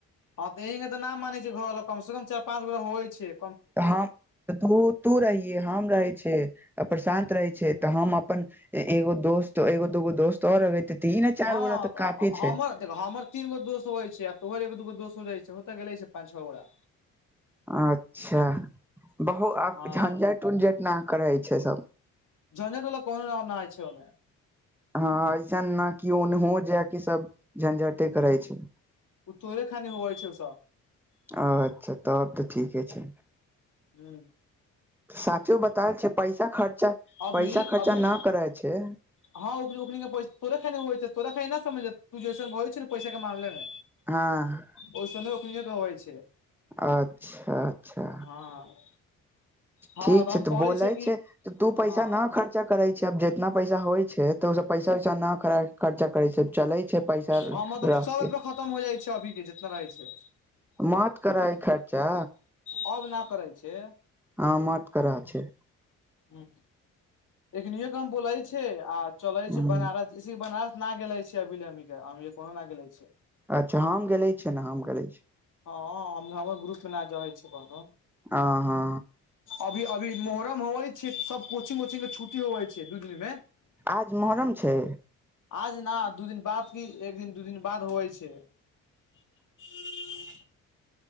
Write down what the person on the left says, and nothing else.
ह तऽ इीं के त न मानै छैय घरवला कम से कम चार पाच बेर होइ छैय।
हँ
हमर देख हमर तीन गो दोस होै छैय आ तोहर दूगो दोस हो जाइ छैय तऽ गेले छैय पाँच छओ गोटा।
हँ
जनेदेन वला कोनो नइ छैमे <unintelligible>
ओ तोहरे खानी हवइ छैय ओ सब।
हू
अभी
अभी
हँ उ तोे ख छैय तोरा समझ त जसन छ पैसा के मामले में।
ओहिस नहि ओखनी कहवइ छैय।
हँ हँ
हम
कहै
छै कि
हँ
हमर तऽ
सौ रुपया खतम हो जाइ छै अभी के जितना रहै छै
हम ना करय छी
ह एखनो के हम बोलै छै आ चलै
छै बनारस जैसे बनारस ना गेले छिय अभीे कोनो न ग गेले छै
हँ हँ हम हमरो ग्रुप ना जै छै बन
अभी अभी मोहर्रम होवै छै सब कोचिंग वचिंग के छुट्टी होवै छै दू दिन मे
आज नऽ दू दिन बाद की एक दिन दू दिन बाद होइ छै हू